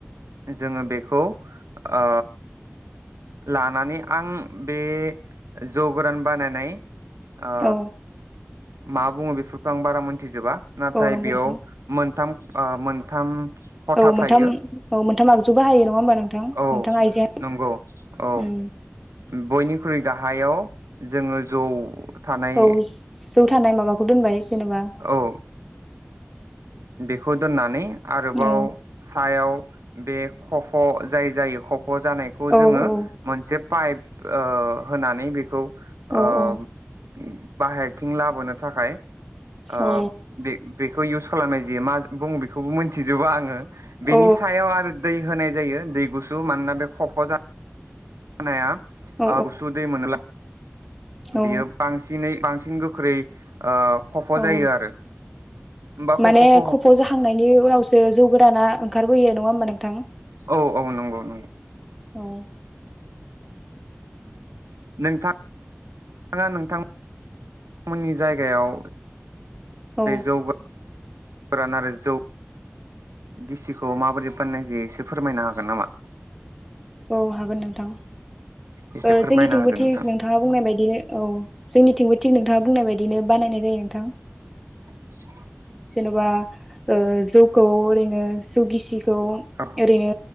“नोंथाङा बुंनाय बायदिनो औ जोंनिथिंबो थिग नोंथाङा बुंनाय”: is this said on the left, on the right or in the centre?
Centre